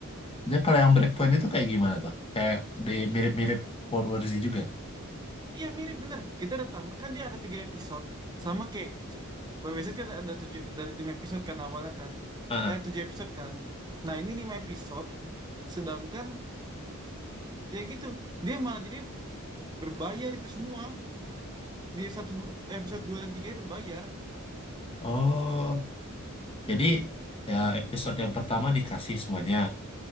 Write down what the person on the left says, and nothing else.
Dia kalau yang Breakpoint itu kayak gimana tuh? Kayak di mirip-mirip World War Z juga.
Ah.
Oh, jadi ya episode yang pertama dikasih semuanya.